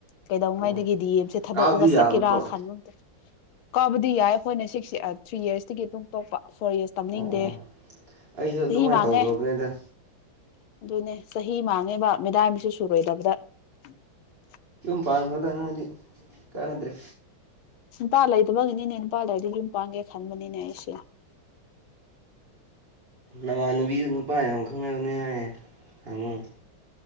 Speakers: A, on the left (about 80°); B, on the right (about 30°).
A: ꯀꯩꯗꯧꯉꯥꯏꯗꯒꯤ
B: ꯑꯣ
A: ꯗꯤ ꯑꯦꯝꯁꯦ ꯊꯥꯗꯣꯛꯔꯒ
B: ꯀꯥꯕꯗꯤ ꯌꯥꯕ꯭ꯔꯣ
A: ꯆꯠꯀꯦꯔꯥ ꯈꯟꯕꯗꯥ ꯀꯥꯕꯗꯤ ꯌꯥꯏ ꯑꯩꯈꯣꯏꯅ ꯁꯤꯛꯁ ꯊ꯭ꯔꯤ ꯏꯔꯁꯇꯒꯤ ꯑꯗꯨ ꯇꯣꯛꯄ ꯐꯣꯔ ꯌꯁ ꯇꯝꯅꯤꯡꯗꯦ
B: ꯑꯣ ꯑꯣ ꯑꯩꯁꯨ ꯑꯗꯨꯃꯥꯏꯅ
A: ꯆꯍꯤ ꯃꯥꯡꯉꯦ
B: ꯇꯧꯔꯕꯅꯦꯗ
A: ꯑꯗꯨꯅꯦ ꯆꯍꯤ ꯃꯥꯡꯉꯦꯕ ꯃꯤꯗꯥꯏꯝꯁꯨ ꯁꯨꯔ ꯑꯣꯏꯗꯦ <unintelligible>
B: ꯥꯄꯥꯟꯈꯣꯗꯥ ꯅꯪꯗꯤ ꯀꯅꯥꯗ꯭ꯔꯦ
A: ꯅꯨꯄꯥ ꯂꯩꯇꯕꯒꯅꯤꯅꯦ ꯅꯨꯄꯥ ꯂꯩꯔꯗꯤ ꯌꯨꯝ ꯄꯥꯡꯒꯦ ꯈꯟꯕꯅꯤꯅꯦ ꯑꯩꯁꯦ
B: ꯅꯃꯥꯟꯅꯕꯤꯗꯨ ꯅꯨꯄꯥ ꯌꯥꯝ ꯈꯪꯅꯕꯅꯦ ꯍꯥꯏꯌꯦ ꯍꯪꯉꯨ